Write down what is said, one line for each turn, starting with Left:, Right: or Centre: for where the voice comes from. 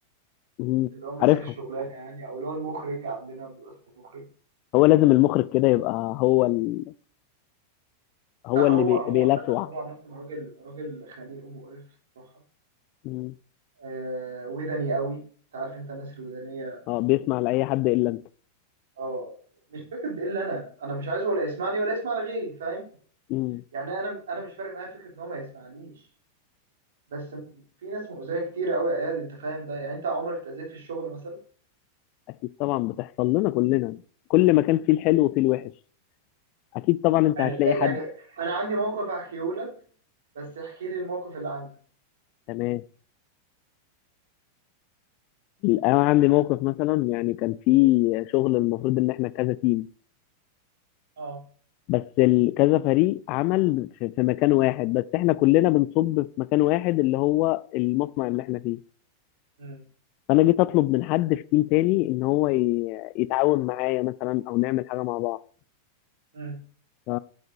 Left: مم.
Right: اللي هو ماسك
Left: عارفهم
Right: الشغلانه يعني او اللي هو المخرج عندنا بيبقى اسمه المخرج
Left: هو لازم المخرج كده يبقى هو ال... هو
Right: لا
Left: اللي
Right: هو
Left: بي...
Right: هو
Left: بيلسوع
Right: عامه هو عامه راجل راجل خنيق ومقرف الصراحه
Left: مم.
Right: آه ودني قوي انت عارف انت الناس الودانيه
Left: اه بيسمع
Right: بيبقوا-
Left: لاي حد الا انت
Right: اه مش فكره ده، الا انا انا مش عايزه ولا يسمعني ولا يسمع لغيري فاهم
Left: مم.
Right: يعني انا انا مش فارق معايا فكره ان هو ما يسمعنيش بس في ناس مؤذيه كتير قوي يا اياد انت فاهم ده يعني انت عمرك اتاذيت في الشغل مثلا
Left: اكيد طبعا بتحصل لنا كلنا كل ما كان فيه الحلو وفيه الوحش اكيد طبعا انت
Right: يعني
Left: هتلاقي حد
Right: يعني انا عندي موقف احكيه لك بس احكي لي الموقف اللي عندك
Left: تمام انا عندي موقف مثلا يعني كان في شغل المفروض ان احنا كذا تيم
Right: اه
Left: بس ال- كذا فريق عمل في في مكان واحد بس احنا كلنا بنصب في مكان واحد اللي هو المصنع اللي احنا فيه
Right: امم
Left: فانا جيت اطلب من حد في تيم تاني ان هو ي- يتعاون معايا مثلا او نعمل حاجه مع بعض
Right: امم
Left: ف...